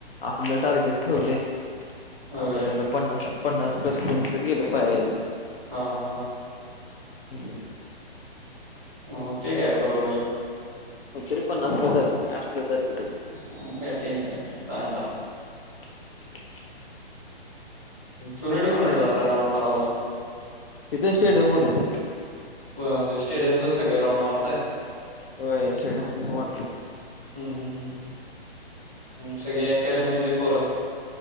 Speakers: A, on the left (about 60°); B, in the centre.
A: आपलं टारगेट ठेवलंय
B: होय
A: आठवड्याला पन्नास पन्नास प्लस किलोमीटर गेलं पाहिजे.
B: ह हा हा.
A: हुं.
B: मग होतय काय बरोबर.
A: हुतंय पन्नास प्लस जातंय, साठ प्लस जातंय कधी कधी
B: मग काय टेन्शन नाहि चांगलं आहे.
A: <unintelligible>
B: कुणीकडं कुणीकडं जाताय राऊंड माराला
A: तिथे स्टेडियमवरच
B: होय म्हणजे स्टेडियमचं सगळ राऊंड मारताय?
A: होय स्टेडियमचच मारत्यात.
B: हुं हुं हुं मग सगळी अकॅडमीतली पोर.